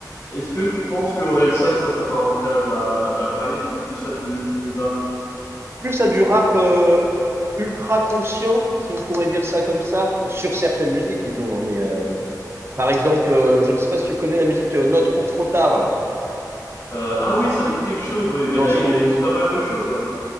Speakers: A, on the left; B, on the right.
A: Est-ce que tu penses que Orelsan, ça s'apparenterait à de la, à de la variété ou plus à du, du rap?
B: Plus à du rap euh, ultra conscient, si on pourrait dire ça comme ça, sur certaines musiques, disons. hein, mais euh, par exemple, euh, je ne sais pas si tu connais la musique euh, Note pour trop tard.
A: Euh, ah oui, ça me dit quelque chose, oui, mais
B: Dans
A: là,
B: son,
A: il dénonce pas mal de choses, ouais.